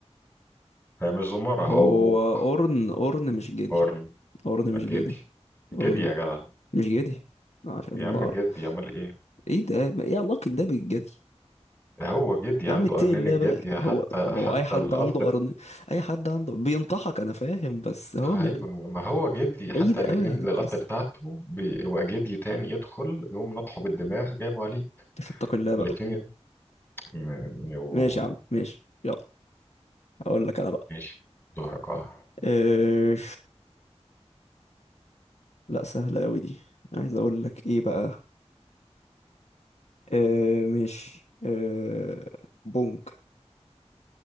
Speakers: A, on the left; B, on the left.
A: هي مش زمارة
B: هو
A: هو ابوك
B: اورن اورن مش جدي
A: قرن
B: اورن
A: جدي
B: مش جدي
A: جدي
B: اورن
A: يا
B: م-
A: جدع
B: مش جدي عشان
A: يا عم
B: بقر
A: جدي امال ايه
B: ايه ده ما ايه علاقة ده بالجدي
A: هو جدي
B: يا
A: عنده
B: عم اتقي
A: قرنين
B: الله
A: الجدي
B: بقى هو
A: حتى
B: هو
A: حتى
B: اي حد
A: القلط
B: عنده قرن اي حد عنده بينطحك انا فاهم بس هو
A: ايوه
B: م...
A: ما هو جدي
B: بعيد
A: حتى الاتنين
B: قوي عن
A: للقط
B: القصه
A: بتاعته بيبقى جدي تاني يدخل يقوم نطحه بالدماغ جايبه عليه
B: اتق الله بقى
A: الاتنين م- يبقوا
B: ماشي يا عم ماشي يلا هقول لك انا بقى
A: ماشي دورك اه
B: اه... لا سهله قوي دي عايز اقول لك ايه بقى اه... ماشي اه... بونك